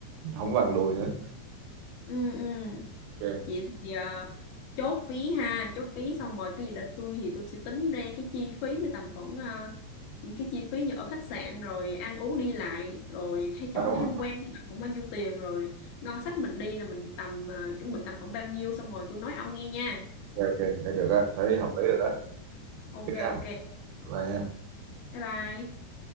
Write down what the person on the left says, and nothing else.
ừ ừ
vậy thì à, chốt phí ha chốt phí xong rồi cái gì đó tôi thì tôi sẽ tính ra cái chi phí với tầm khoảng à, những cái chi phí như ở khách sạn rồi ăn uống đi lại rồi thay
chỗ
tham
quan tầm khoảng bao nhiêu tiền rồi ngân sách mình đi là mình tầm à, chuẩn bị tầm khoảng bao nhiêu xong rồi tôi nói ông nghe nha
Ừ,
ừ,
ừ.
ok
ok
bye bye